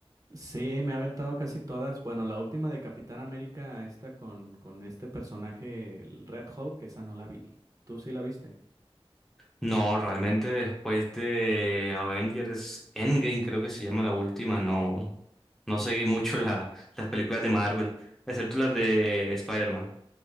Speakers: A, on the right (about 35°); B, in the centre.
A: Sí, me ha aventado casi todas. Bueno, la última de Capitán América, esta con, con este personaje, el Red Hulk, esa no la vi. ¿Tú sí la viste?
B: No, realmente después de Avengers Endgame, creo que se llama la última, no, no seguí mucho la, las películas de Marvel, excepto las de Spider-Man.